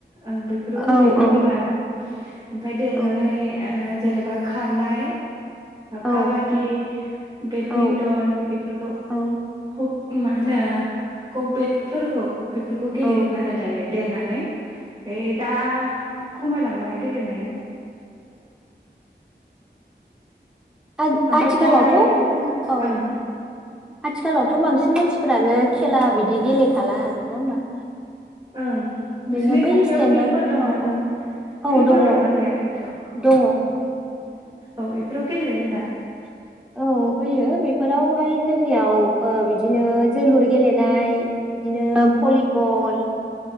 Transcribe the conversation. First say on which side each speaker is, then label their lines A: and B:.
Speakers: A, on the right; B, in the centre.
A: ओं बेफोरो उन्दैनि
B: औ औ
A: खेला आरो। ओमफाय देरनानै
B: औ
A: जेनेबा खारनाय
B: औ
A: काबादि बेडमिन्टन
B: औ
A: इफोरखौ
B: औ
A: हक मा होनो ककबेटफोरखौ बेफोरखौ गेलेयोमोन
B: औ
A: आरो दायो देरनानै ओमफ्राय दा खमायलांबाय गेलेनाया।
B: औ
A: ओमफ्राय
B: आथिखालावथ'
A: दायो
B: औ।
A: ओं
B: आथिखालावथ' बांसिन मानसिफोरानो खेला बिदि गेलेखाला नङा होमबा।
A: ओं
B: ओरैनो
A: नोंसोनि
B: बै
A: खाथियाव
B: स्टेन्डार्ड
A: फिल्फोर दंना
B: औ औ औ
A: फिल्डफोर
B: दङ
A: दंना गैया खाथियाव?
B: दङ
A: औ बेफोराव गेलेयो दा।
B: औ होयो बेफोरावहाय जोंनियाव ओ बिदिनो जोलुर गेलेनाय बिदिनो भलिबल